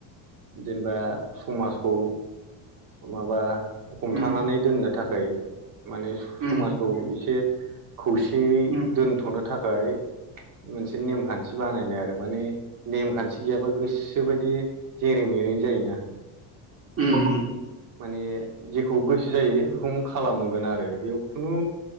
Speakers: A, on the right; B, on the right.
A: जेनेबा समाजखौ माबा हमथानानै
B: उम
A: दोननो थाखाय माने समाजखौ
B: उम
A: एसे खौसेयै
B: ए
A: दोनथ'नो थाखाय मोनसे नेमखान्थि बानायनाय आरो आरो माने नेमखान्थि गैयाबा गोसो बायदि जेरै मेरैनो जायोना
B: उम उम
A: माने जेखौ गोसो जायो बेखौनो खालामगोन आरो बेयाव खुनु